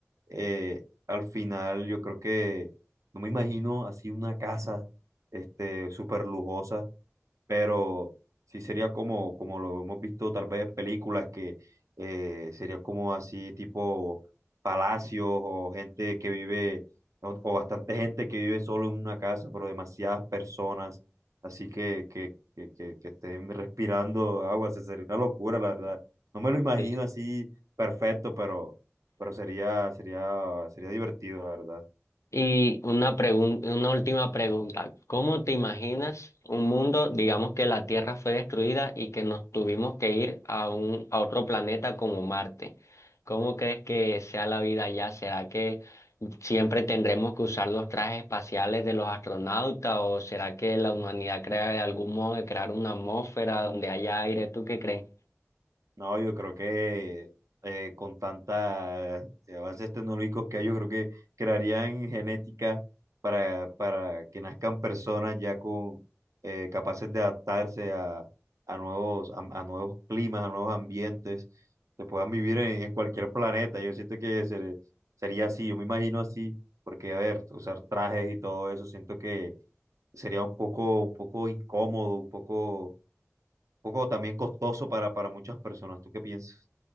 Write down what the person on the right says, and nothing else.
eh, al final yo creo que no me imagino así una casa este, súper lujosa pero sí sería como, como lo hemos visto tal vez en películas que eh, sería como así tipo palacios o gente que vive o, o bastante gente que vive solo en una casa, pero demasiadas personas, así que, que, que, que, que estén respirando agua, se sería una locura, la verdad. No me lo imagino
así perfecto, pero, pero sería, sería, sería divertido, la verdad.
No, yo creo que eh, con tantas eh, avances tecnológicos que hay, yo creo que crearían genética para, para que nazcan personas ya con eh, capaces de adaptarse a, a nuevos, a, a nuevos climas, a nuevos ambientes, que puedan vivir en, en cualquier planeta. Yo siento que se- sería así, yo me imagino así, porque a ver, usar trajes y todo eso, siento que sería un poco, un poco incómodo, un poco, un poco también costoso para, para muchas personas. ¿Tú qué piensas?